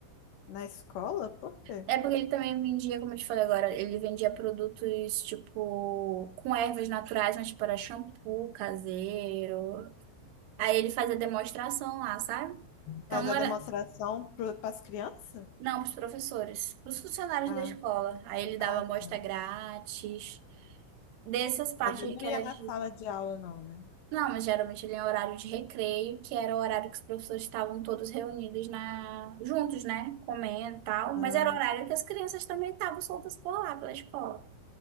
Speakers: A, on the left; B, on the right.
A: na escola? Por quê?
B: É porque ele também vendia, como eu te falei agora, ele vendia produtos tipo com ervas naturais, mas tipo era shampoo caseiro. Aí ele fazia demonstração lá, sabe? Então
A: Mas
B: não
A: a
B: era,
A: demonstração para as crianças?
B: não, pros professores, pros funcionários
A: Ah,
B: da escola. Aí ele dava
A: ah,
B: amostra
A: tá.
B: grátis, dessas partes
A: Mas ele
B: aí
A: não
B: que
A: ia
B: era
A: na
B: de.
A: sala de aula, não, né?
B: Não, mas geralmente ele é horário de recreio, que era o horário que os professores estavam todos reunidos na juntos, né? Comendo e tal.
A: Ah,
B: Mas era o horário que as crianças também estavam soltas por lá pela escola.